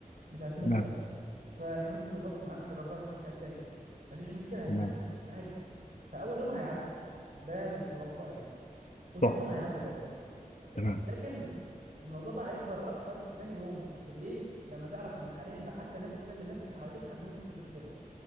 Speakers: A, on the right; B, on the left.
A: مش عارفين
B: تمام
A: ايه السبب فاحنا ممكن نتواصل معاك في ال 24 ساعه الجايه مفيش مشكله هستنى
B: تمام
A: عادي فاول يوم هيعدي ده من توقعي يعني وتاني
B: صح
A: يوم هيعدي برضه
B: تمام
A: لكن الموضوع بقى هيكبر اكتر في تاني يوم بالليل لما تعرف ان حاليا بقى حتى الناس كل اللي الناس اللي حواليك عندهم نفس المشكله